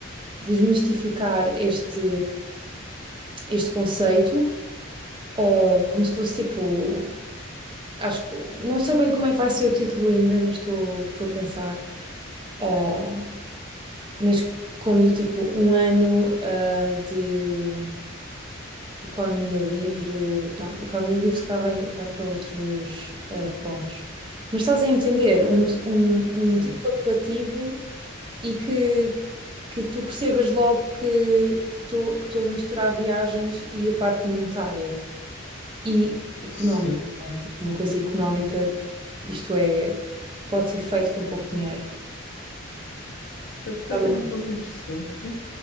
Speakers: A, on the right; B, on the left.
A: desmistificar este, este conceito, eh, como se fosse tipo. Acho que não sei bem como é que vai ser o título ainda, mas estou estou a pensar. Uh, mas como do tipo um ano uh, de economia livre, não, economia livre se calhar vai, vai para outros uh, pontos. Mas estás a entender, um, um,
B: Sim,
A: um título apelativo e que, que tu percebas logo que que estou que estou a misturar viagens e a parte monetária e económica,
B: sim.
A: não é? Tipo, uma coisa económica, isto é, pode ser feito com pouco dinheiro.
B: Certo, tocaste
A: É o meu
B: aí
A: objetivo.
B: num ponto interessante